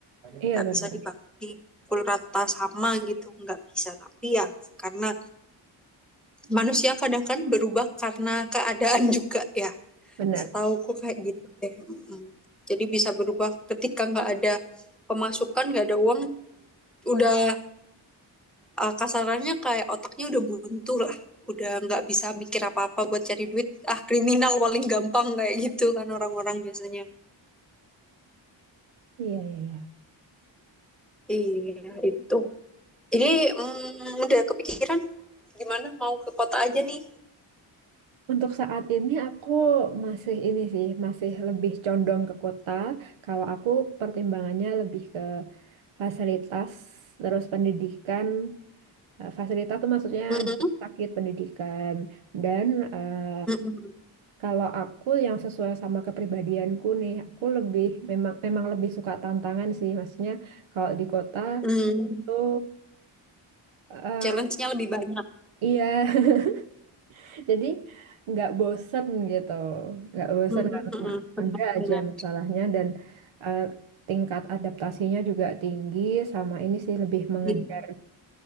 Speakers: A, on the right (about 75°); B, in the centre.
A: Iya
B: nggak
A: benar,
B: bisa dipukul rata sama gitu nggak bisa tapi ya karena manusia kadang kan berubah karena keadaan <laughs> juga ya
A: benar.
B: setauku kayak gitu deh Mm. jadi bisa berubah ketika nggak ada pemasukan nggak ada uang udah uh, kasarannya kayak otaknya udah buntu lah udah nggak bisa mikir apa-apa buat cari duit ah kriminal paling gampang kayak gitu kan orang-orang biasanya
A: Iya iya iya.
B: iya itu jadi mm, udah kepikiran gimana mau ke kota aja nih
A: Untuk saat ini aku masih ini sih, masih lebih condong ke kota. Kalau aku pertimbangannya lebih ke fasilitas, terus pendidikan. Eh, Fasilitas tuh maksudnya
B: Mm,
A: rumah sakit, pendidikan, dan eh,
B: Mm-mm.
A: Kalau aku yang sesuai sama kepribadianku nih, aku lebih memang memang lebih suka tantangan sih, maksudnya kalau di kota
B: Mm.
A: tuh eh,
B: Challenge-nya lebih banyak.
A: iya, <laughs> jadi nggak bosen gitu, nggak bosen
B: Mm-mm.
A: karena
B: Benar-benar.
A: ada aja masalahnya dan eh, tingkat adaptasinya juga tinggi, sama ini sih lebih mengejar
B: Iya.